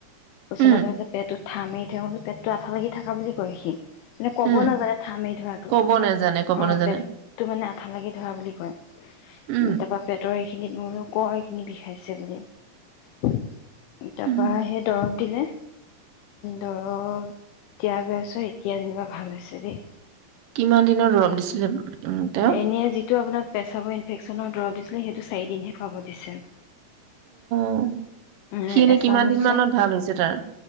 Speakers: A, on the left; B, on the right.
A: কৈছে
B: উম
A: মাজে মাজে পেটটো ঠা মাৰি থা পেটটো আঠা লাগি থাকা বুলি কয় সি মানে ক'ব
B: উম
A: নাজানে ঠা মাৰি ধৰাটো
B: ক'ব নেজানে ক'ব
A: অ
B: নেজানে
A: পেটটো মানে আঠা লাগি ধৰা বুলি কয়
B: উম
A: উ তাৰ পৰা পেটৰ মোক ক এইখিনি বিষাইছে বুলি তাৰপা
B: উম
A: সেই দৰৱ দিলে। ধৰক এতিয় বৈছৰ এতিয়া যেনিবা ভাল হৈছে দেই
B: কিমান দিনৰ দৰপ দিছিলে উম তেওঁ
A: এনেই যিটো আপোনাৰ পেচাব ইনভেক্যনৰ দৰৱ দিছিলে সেইটো চাৰিদিনহে খুৱাব দিছে।
B: অ
A: এ
B: সি এনে
A: এচামুচত
B: কিমান দিন মানত ভাল হৈছে তাৰ?